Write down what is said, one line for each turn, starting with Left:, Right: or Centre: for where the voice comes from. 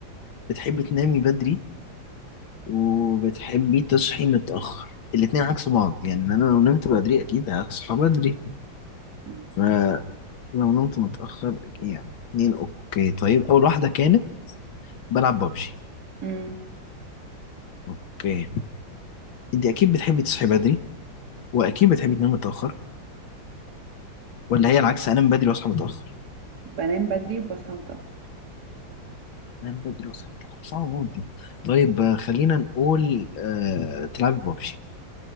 Left: بتحب تنامي بدري وبتحبي تصحي متأخر الاتنين عكس بعض يعني انا لو نمت بدري اكيد هصحى بدري
Right: مم.
Left: فلو نمت متأخر يعني اتنين اوكي طيب اول واحدة كانت بلعب ببجي
Right: مم.
Left: اوكي انت اكيد بتحبي تصحي بدري واكيد بتحبي تنامي متأخر ولا هي العكس انام بدري واصحى متأخر
Right: بنام بدري وبصحى متأخر
Left: انام بدري واصحى متأخر صعب موت دي طيب آه، خلينا نقول آه... تلعبي ببجي